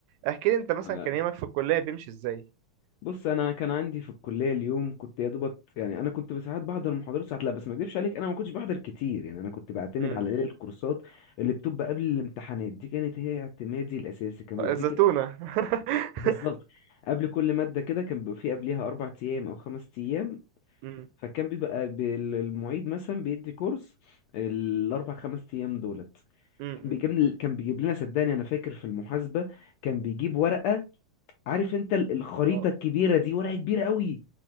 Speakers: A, on the right; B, on the left.
A: احكي لي أنت مثلا
B: انا
A: كان يومك في الكلية بيمشي إزاي؟
B: بص انا كان عندي في الكليه اليوم كنت يا دوبت يعني انا كنت ساعات بحضر محاضرات ساعات لا بس ما اكدبش عليك انا ما كنتش بحضر كتير يعني انا كنت بعتمد
A: امم
B: على ايه الكورسات اللي بتبقى قبل الامتحانات دي كانت هي اعتمادي الاساسي كان بيبقى
A: الزتونة
B: فيه كده
A: <laughs>
B: بالظبط قبل كل ماده كده كان بيبقى فيه قبليها اربع ايام او خمس ايام
A: مم.
B: فكان بيبقى بال- المعيد مثلا بيدي كورس الاربع خمس ايام دولت
A: مم.
B: كان
A: مم.
B: بيجيب كان بيجيب لنا صدقني انا فاكر في المحاسبه كان بيجيب ورقه عارف انت ال- الخريطة
A: اه
B: الكبيرة دي ورقة كبيرة قوي